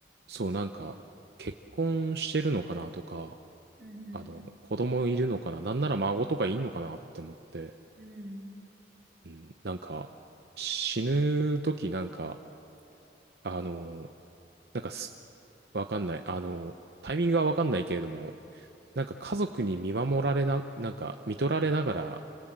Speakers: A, on the right; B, in the centre.
A: そう、なんか、結婚してるのかなとか、
B: うん
A: あの、子供いるのかな、なんなら孫とかいんのかなって思って、
B: うん。うん。
A: うん、なんか、死ぬ時なんか、あの、なんかす、わかんない。あの、タイミングはわかんないけれども、なんか家族に見守られな、なんか、見とられながら、